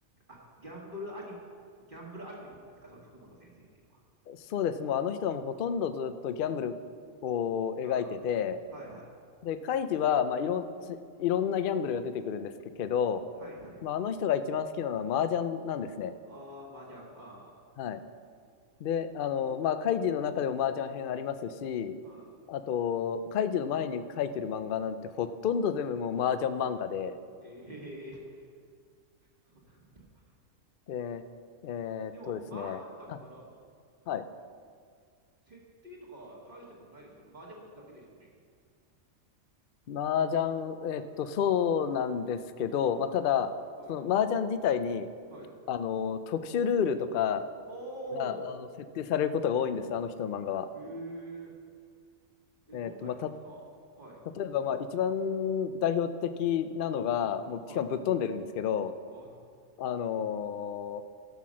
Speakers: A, on the right (about 40°); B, on the left (about 60°).
A: あ、ギャンブルアニメ、ギャンブルアニメってことですかその福本先生っていうのは。
B: そうです。もうあの人はもうほとんどずっとギャンブルを描いてて、
A: はあ、はいはい。
B: で、カイジは、まあ、いろん、すいろんなギャンブルが出てくるんですけど、
A: はいはい。
B: まあ、あの人が一番好きなのは麻雀なんですね。
A: ああ、麻雀。は
B: はい。で、あの、まあ、カイジの中でも麻雀編ありますし、
A: あ、は
B: あと、カイジの前に書いてる漫画なんてほとんど全部もう麻雀漫画で、
A: い。ええ <laughs> そうなんだ。
B: で、えーっとですね、
A: でも、麻雀だったら、
B: あ、
A: あの、
B: はい。
A: 設定とかは大したことないですよね。麻雀打つだけですよね。
B: 麻雀、えっと、そうなんですけど、まあ、ただ、
A: はい。
B: その麻雀自体に、
A: はい。
B: あの、特殊ルールとか
A: おー、
B: が、あの、設定されることが多いんです、あの人の漫画は。
A: えええ、
B: えっと、
A: どんなやつですかはい。
B: まあ、た、例えば、まあ、一番代表的なのが、もう、
A: はい。
B: しかもぶっ飛んでるんですけど、
A: あ、
B: あの